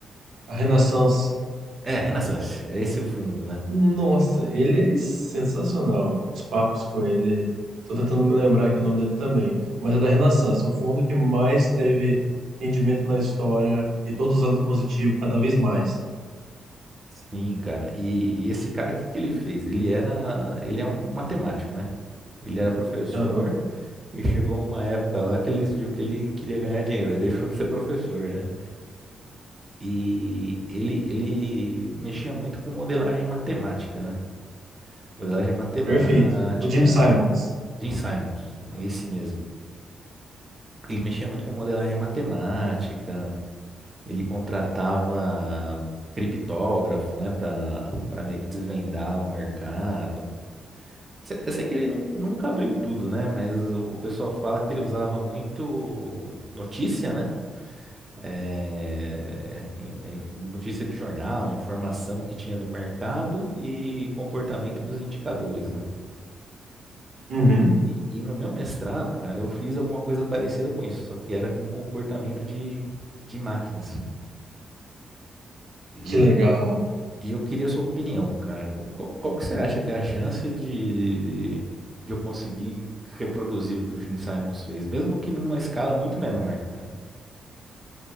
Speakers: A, on the right (about 75°); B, on the right (about 20°).
A: a Renaissance.
B: É, Renaissance, é esse o fundo, né?
A: Nossa, ele é sensacional. Os papos com ele. Tô tentando me lembrar aqui o nome dele também. Mas é da Renaissance, o fundo que mais teve rendimento na história e todos os anos positivo, cada vez mais.
B: Sim, cara. E, e esse cara, o que que ele fez? Ele era, ele é um matemático, né? Ele era professor
A: Aham,
B: e chegou uma época lá que ele decidiu que ele queria ganhar dinheiro. Ele deixou de ser professor, né? E ele, ele mexia muito com modelagem matemática, né? Modelagem matemática.
A: perfeito. O Jim Simons.
B: Jim Simons, é esse mesmo. Ele mexia muito com modelagem matemática, Ele contratava criptógrafo, né, para para meio que desvendar o mercado. Se- Eu sei que ele nun- nunca abriu tudo, né, mas o o pessoal fala que ele usava muito notícia, né, é, em- em- notícia de jornal, informação que tinha do mercado e comportamento dos indicadores, né.
A: Uhum,
B: E, e no meu mestrado, cara, eu fiz alguma coisa parecida com isso, só que era com comportamento de, de máquinas. E
A: que legal.
B: E eu queria a sua opinião, cara. Qual, qual que você acha que é a chance de, de eu conseguir reproduzir o que o Gene Simons fez, mesmo que numa escala muito menor, cara?